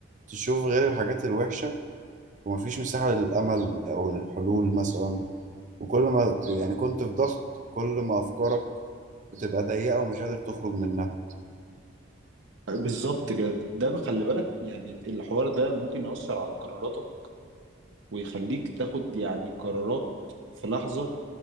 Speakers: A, on the right (about 40°); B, on the right (about 65°).
A: تشوف غير الحاجات الوحشة ومفيش مساحة للأمل أو الحلول مثلا وكل ما ك- يعني كنت في ضغط كل ما أفكارك بتبقى ضيقة ومش قادر تخرج منها
B: بالظبط كده ده بخلي بالك يعني الحوار ده ممكن يأثر على قراراتك ويخليك تاخد يعني قرارات في لحظة